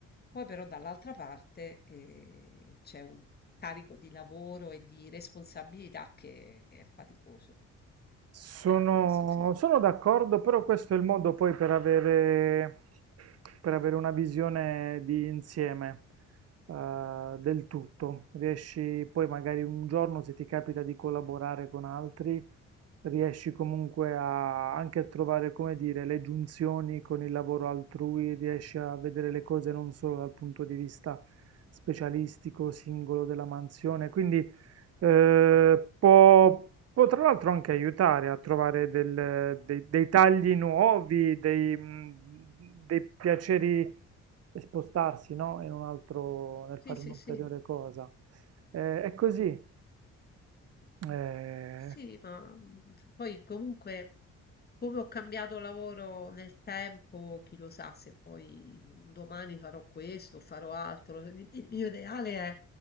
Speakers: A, on the left; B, on the right.
A: Poi però dall'altra parte eh, c'è un carico di lavoro e di responsabilità che è faticoso.
B: sono,
A: Ecco, questo sì.
B: sono d'accordo, però questo è il modo poi per avere, per avere una visione di insieme eh, del tutto. Riesci poi magari un giorno, se ti capita di collaborare con altri, riesci comunque a, anche a trovare, come dire, le giunzioni con il lavoro altrui, riesci a vedere le cose non solo dal punto di vista specialistico, singolo della mansione, quindi eh, può, può tra l'altro anche aiutare a trovare del- dei, dei tagli nuovi, dei, mm, dei piaceri e spostarsi, no? In un altro, nel
A: Sì,
B: fare
A: sì,
B: un'ulteriore
A: sì.
B: cosa. Eh, è così. Eh,
A: Sì, ma mm, poi comunque come ho cambiato lavoro nel tempo, chi lo sa se poi un domani farò questo o farò altro. Il il mio ideale è